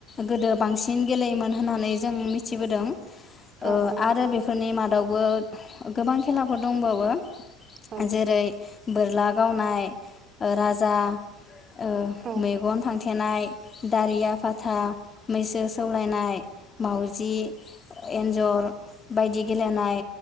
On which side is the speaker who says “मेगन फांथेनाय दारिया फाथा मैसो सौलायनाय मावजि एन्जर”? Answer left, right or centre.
Left